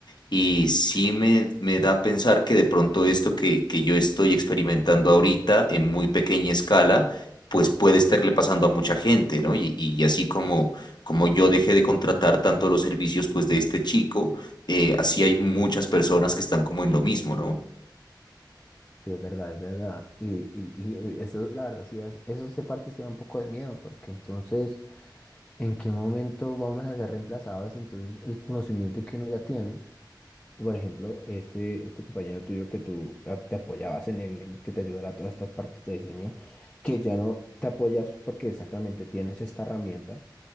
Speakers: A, on the left; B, on the left.
A: Y sí me, me da a pensar que de pronto esto que, que yo estoy experimentando ahorita en muy pequeña escala, pues puede estarle pasando a mucha gente, ¿no? Y, y así como, como yo dejé de contratar tanto los servicios pues de este chico, eh, así hay muchas personas que están como en lo mismo, ¿no?
B: Sí, es verdad, es verdad. Y, y, y eso, la verdad, sí, es- eso se parte sí da un poco de miedo, porque entonces, ¿en qué momento vamos a ser reemplazados? Entonces, el conocimiento que uno ya tiene, por ejemplo, este, este compañero tuyo que tú ah, te apoyabas en él, en que te ayudara a todas estas partes de diseño, que ya no te apoyas porque exactamente tienes esta herramienta